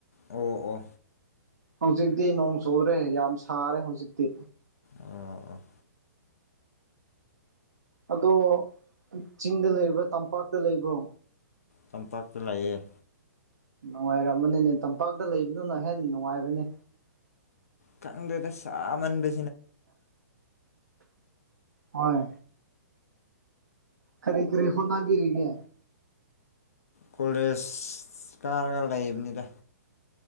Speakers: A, on the left; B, on the right.
A: ꯑꯣ ꯑꯣ
B: ꯍꯧꯖꯤꯛꯇꯤ ꯅꯣꯡ ꯆꯨꯔꯦ ꯌꯥꯝ ꯁꯥꯔꯦ ꯍꯧꯖꯤꯛꯇꯤ
A: ꯑꯣ ꯑꯣ
B: ꯑꯗꯣ ꯆꯤꯡꯗ ꯂꯩꯕ꯭ꯔꯥ ꯇꯝꯄꯥꯛꯇ ꯂꯩꯕ꯭ꯔꯣ
A: ꯇꯝꯄꯥꯛꯇ ꯂꯩꯌꯦ
B: ꯅꯨꯡꯉꯥꯏꯔꯝꯃꯅꯤꯅꯦ ꯇꯝꯄꯥꯛꯇ ꯂꯩꯕ ꯅꯪꯅ ꯍꯦꯟꯅ ꯅꯨꯡꯉꯥꯏꯕꯅꯤ
A: ꯈꯪꯗꯦꯗ ꯁꯃꯟꯕꯥ
B: ꯍꯣꯏ ꯀꯔꯤ ꯀꯔꯤ ꯍꯣꯠꯅꯥꯕꯤꯔꯤꯒꯦ
A: ꯀꯣꯂꯦꯖ ꯀꯥꯔ ꯂꯩꯕꯅꯤꯗ